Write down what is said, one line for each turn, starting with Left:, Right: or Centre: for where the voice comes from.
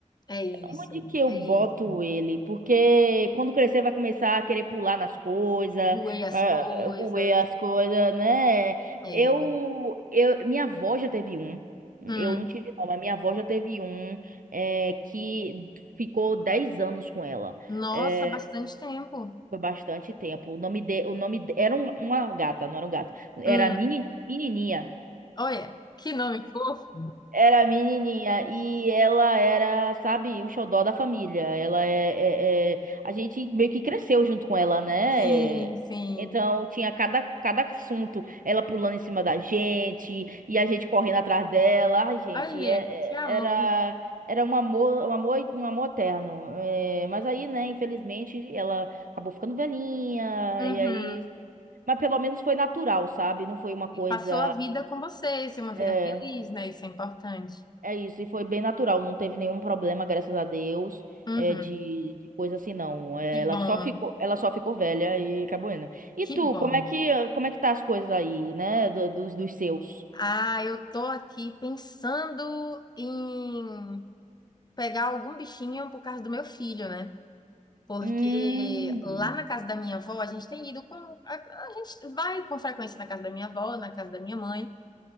Left: É isso,
Right: Onde que eu
Left: é
Right: boto
Left: isso.
Right: ele? Porque quando crescer vai começar a querer pular nas coisas,
Left: Ruei as
Right: ah,
Left: coisas.
Right: roer as coisas, né?
Left: É.
Right: Eu, eu, minha avó já teve um.
Left: Hum.
Right: Eu não tive não, mas minha avó já teve um é, que ficou 10 anos com ela.
Left: Nossa,
Right: É,
Left: bastante tempo.
Right: foi bastante tempo. O nome de, o nome de- era um- uma gata, não era um gato. Era
Left: Hum,
Right: meni- menininha.
Left: olha, que nome fofo.
Right: Era a menininha e ela era, sabe, o xodó da família. Ela é, é- é- A gente meio que cresceu junto com ela, né?
Left: Sim, sim.
Right: Então tinha cada, cada assunto, ela pulando em cima da gente e a gente correndo atrás dela. Ai, gente,
Left: Olha,
Right: é-
Left: que amor.
Right: é- era, era um amor, um amor, um amor eterno. É, mas aí, né, infelizmente, ela acabou ficando velhinha
Left: Uhum.
Right: e aí. Mas pelo menos foi natural, sabe? Não foi uma coisa.
Left: E passou a vida com vocês, e uma vida
Right: é,
Left: feliz, né? Isso é importante.
Right: é isso, e foi bem natural, não teve nenhum problema, graças a Deus,
Left: Uhum.
Right: é, de, de coisa assim, não. É,
Left: Que
Right: Ela
Left: bom,
Right: só ficou, ela só ficou velha e acabou indo. E
Left: que
Right: tu,
Left: bom.
Right: como é que, como é que tá as coisas aí, né, do- dos, dos seus?
Left: Ah, eu tô aqui pensando em pegar algum bichinho por causa do meu filho, né? Porque
Right: Hum,
Left: lá na casa da minha avó, a gente tem ido com. A, a gente vai com frequência na casa da minha avó, na casa da minha mãe.